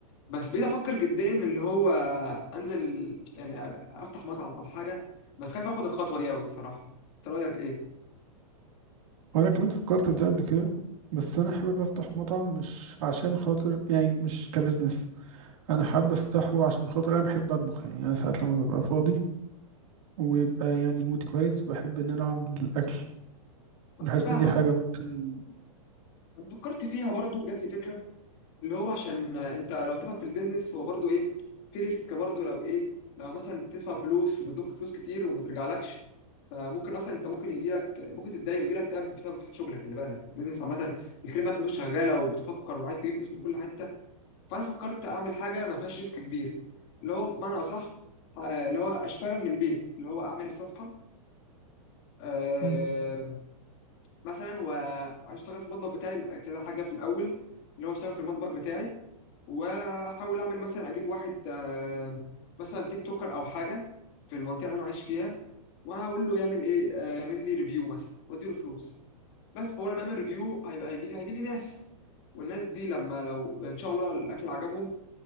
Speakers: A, on the left; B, on the right.
A: بس بقيت افكر جديا اللي هو انزل يعني أب- افتح مطعم او حاجه بس خايف اخد الخطوه دي قوي الصراحه انت رايك ايه
B: وانا كمان فكرت في ده قبل كده بس انا حابب افتح مطعم مش عشان خاطر يعني مش كبزنس انا حابب افتحه عشان خاطر انا بحب اطبخ يعني انا ساعات لما ببقى فاضي ويبقى يعني مودي كويس بحب ان انا اعمل الاكل بحس
A: انا فاهمك
B: ان دي حاجة ممكن
A: انا فكرت فيها برضو جات لي فكره اللي هو عشان انت لو تفهم في البيزنس هو برضو ايه في ريسك برضو لو ايه لو مثلا تدفع فلوس وبتضخ فلوس كتير وما ترجعلكش فممكن اصلا انت ممكن يجيلك ممكن تتضايق ويجيلك اكتئاب بسبب شغلك خلي بالك البيزنس عامه الكلمه انت كنت شغاله وبتفكر وعايز تجيب فلوس من كل حته فانا فكرت اعمل حاجه ما فيهاش ريسك كبير اللي هو بمعنى اصح آه، اللي هو اشتغل من البيت اللي هو اعمل صفحه آه،
B: مم.
A: مثلا واشتغل في المطبخ بتاعي كده حاجه في الاول اللي هو اشتغل في المطبخ بتاعي واحاول اعمل مثلا اجيب واحد آه، مثلا تيك توكر او حاجه في المنطقه اللي انا عايش فيها وهقول له يعمل ايه آه، يعمل لي ريفيو مثلا واديله فلوس بس فهو لما يعمل ريفيو هيبقى هيجي لي هيجي لي ناس والناس دي لما لو ان شاء الله الاكل عجبهم